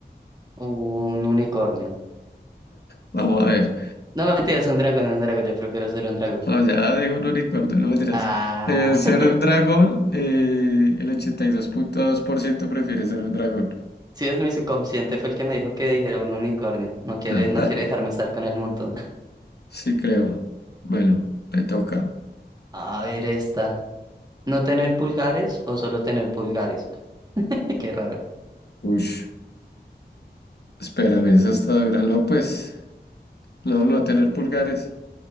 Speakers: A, on the right; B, on the left.
A: Un unicornio.
B: Vamos a ver.
A: No, mentira, es un dragón, un dragón, yo prefiero ser un dragón.
B: No, ya dije un unicornio, no me dirás.
A: Ah,
B: ser
A: <laughs>
B: un dragón, eh, el ochenta y dos punto dos por ciento prefiere ser un dragón.
A: sí, es mi subconsciente, fue el que me dijo que dijera un unicornio. No quiere,
B: <laughs>
A: no quiere dejarme estar con el montón. <laughs>
B: Sí, creo. Bueno, me toca.
A: A ver esta. ¿No tener pulgares o solo tener pulgares? <laughs> Qué raro.
B: Ush, espérame, esa está dura. No, pues, no, no tener pulgares.